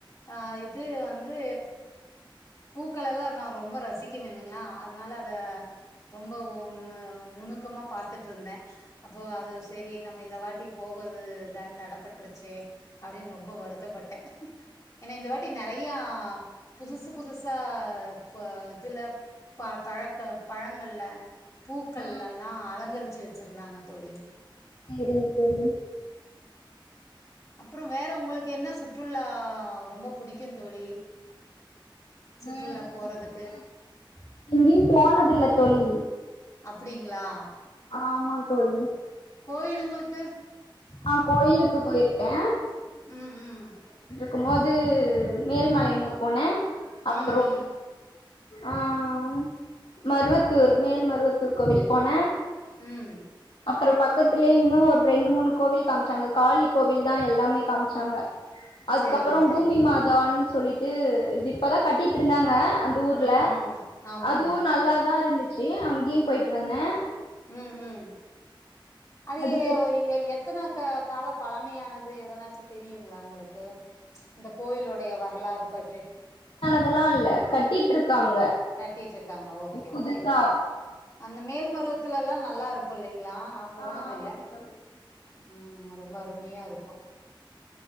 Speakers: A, on the left (about 40°); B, on the left (about 75°).
A: ஆஹ் இது வந்து பூக்களலா நா ரொம்ப ரசிக்க வேணுங்ளா அதனால அத ரொம்ப ஒ நு நுணுக்கமா பாத்துட்ருந்தே அப்போ அது செரி நம்ம இந்த வாட்டி போகற்து த தடப்பட்ருச்சே அப்டின் ரொம்ப வருத்தப்பட்டே ஏனா இந்த வாட்டி நெறையா புதுசு புதுசா இப்ப இதுல ப பழக்க பழங்கள்ல பூக்கள்லலா
B: ஆ
A: அலங்கரிச்சு வச் ச்சிருந்தாங்க தோழி
B: சேரிங்க தோழி
A: அப்புறம் வேற உங்களுக்கு என்ன சுட் சுற்றுலா ரொம்ப புடிக்கும் தோழி சுற்றுலா
B: வேற
A: போறதுக்கு
B: சுற்றுலா எங்கியும் போனதுல்ல தோழி
A: அப்டிங்களா
B: ஆமா தோழி
A: கோயிலுங்களுக்கு
B: ஆஹ் கோயிலுக்கு போயிருக்கேன்
A: உம் உம்
B: ருக்கும் மோது மேல்மலையனூர் போன அப்புறம்
A: ம் ம்
B: ஆஹ் மருவத்தூர் மேல் மருவத்தூர் கோவில் போன
A: ம்
B: அப்புற பக்கத்திலே இன்னும் ஒரு ரெண்டு மூணு கோவில் காம்ச்சாங்க காளி கோவில் தான் எல்லாமே காம்ச்சாங்க அதுக்கப்புறம்
A: செரிங்க செரிங்க
B: பூமி மாதான் சொல்லிட்டு இது இப்பதான் கட்டிட்டு இருந்தாங்க அந்த ஊர்ல
A: ம் ம் ஆமாங்க
B: அதுவு நல்லாதான் இருந்துச்சு சி அங்கியும் போயிட்டு வந்தன்
A: ம் ம் அது
B: அதுக்கப்
A: ஏ எ எத் எத்தன கா கால பழமையானது எதனாச்சு தெரியுங்களா உங்களுக்கு ப்ச் இந்த கோயிலுடைய வரலாறு பற்றி
B: அதெல்லா இல்ல கட்டிட்டு இருக்காங்க
A: கட்டிட்டு இருக்காங்க ஓகே
B: புதுசா
A: ஓகே ஓகே அந்த மேல்மருவத்துலலாம் நல்லா இருக்கும் இல் ங்களா நான் போனதுல்ல
B: ஆ ஆமா தோழி
A: உம் ரொம்ப அருமையா இருக்கு